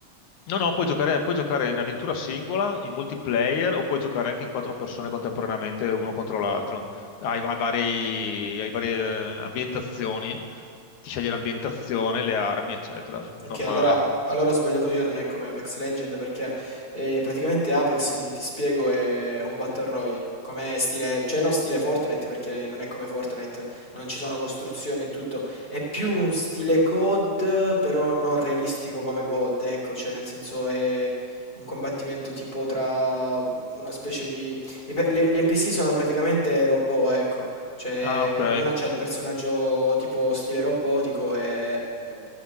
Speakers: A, on the left (about 75°); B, on the left (about 20°).
A: No, no, puoi giocare, puoi giocare in avventura singola, in multiplayer o puoi giocare anche in quattro persone contemporaneamente, uno contro l'altro. Hai, hai vari- hai varie eh, ambientazioni, ti scegli l'ambientazione, le armi, eccetera. Normale.
B: Ok, allora, allora ho sbagliato io, non è come Apex Legend perché eh, praticamente Apex, ti, ti spiego, è un Battle Royale, come stile, cioè non stile Fortnite perché non è come Fortnite, non ci sono costruzioni e tutto, è più un stile COD però non realistico come COD, ecco, cioè nel senso è un combattimento tipo tra una specie di... i pe- Gli, gli NPC sono praticamente robot, ecco, cioè
A: Ah, ok.
B: ognuno ha il personaggio tipo stile robotico e...